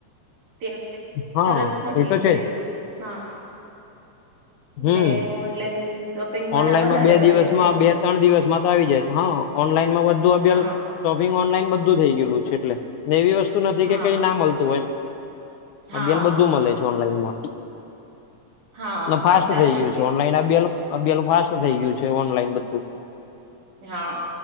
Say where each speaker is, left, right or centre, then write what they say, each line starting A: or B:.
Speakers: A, on the right (about 75°); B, on the left (about 80°).
A: તે
B: હા
A: તરત ફકી
B: એ તો
A: એટલે
B: છે
A: હા. એટલે
B: હમ્મ,
A: ઓનલાઈન શોપિંગ બધા
B: ઓનલાઈનમાં
A: વધારે
B: બે
A: કરે
B: દિવસમાં
A: છે
B: બે ત્રણ દિવસમાં તો આવી જાય. હા ઓનલાઈન માં વધુ અભલ
A: હા
B: શોપિંગ ઓનલાઈન બધું થઈ ગયેલું છે એટલે ને એવી વસ્તુ નથી
A: હા
B: કે કઈ ના મળતું હોય. એમ
A: હા
B: બેલ બધું મળે છે, ઓનલાઈનમાં
A: હા
B: ફાસ્ટ
A: એ સાચું
B: થઈ ગયું છે ઓનલાઈન આ બેલ બેલ ફાસ્ટ થઈ ગયું છે ઓનલાઈન બધું.
A: હા